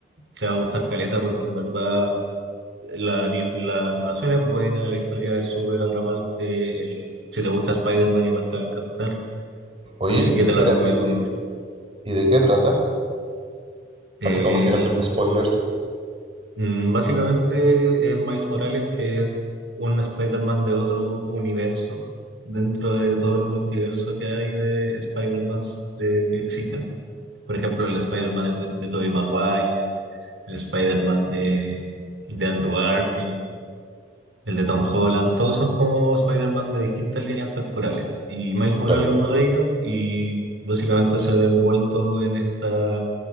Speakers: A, on the right; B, on the right.
A: te va a gustar Caleta porque en verdad la, ani- la animación es buena, la historia es súper atrapante, el- si te gusta Spider-Man igual te va a encantar,
B: oye,
A: así que
B: espera,
A: te la recomiendo
B: ¿y,
A: mucho.
B: y, y de qué trata?
A: Eh,
B: Así como sin
A: el-
B: hacerme spoilers.
A: mm, básicamente es Miles Morales que es un Spider-Man de otro universo dentro de todo el multiverso que hay de Spider-Man que existen. Por ejemplo, el Spider-Man de, de Tobey Maguire, el Spider-Man de, de Andrew Garfield, el de Tom Holland, todos son como Spider-Man de distintas líneas temporales. Y Miles Morales
B: Claro,
A: es uno de ellos y básicamente se ve envuelto en esta